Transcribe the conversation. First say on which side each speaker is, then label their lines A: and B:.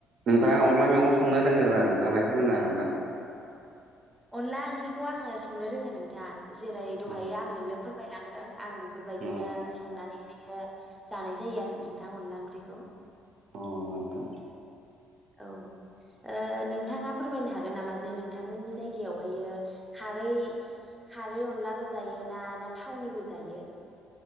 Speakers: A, on the right; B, in the centre.
A: नोंथाङा अनला मैगं संनो रोंगोना नोंथाङा माहाय फोरमायनो हागोनना।
B: अनला ओंख्रिखौ आङो संनो रोङो नोंथां जेरै दहाय
A: औ
B: आं नोंनो फोरमायलांदों आं बे बेफोरबायदिनो
A: औ
B: संनानैहायो जानाय जायो आरो नोंथां अनला ओंख्रिखौ।
A: औ
B: औ ओ नोंथाङा फोरमायनो हागोन नामा जे नोंथांमोननि जायगायावहायो खारै खारै अनलाल' जायो ना ना थावनिबो जायो।